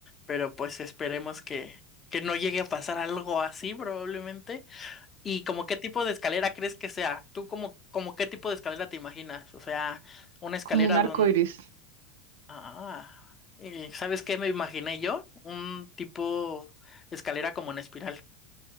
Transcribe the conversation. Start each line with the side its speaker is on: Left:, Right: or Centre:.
Left: Pero pues esperemos que, que no llegue a pasar algo así probablemente. ¿Y como qué tipo de escalera crees que sea? ¿Tú como, como qué tipo de escalera te imaginas? O sea, una escalera
Right: Como un arco
Left: donde...
Right: iris.
Left: Ah, eh, ¿sabes qué me imaginé yo? Un tipo escalera como en espiral,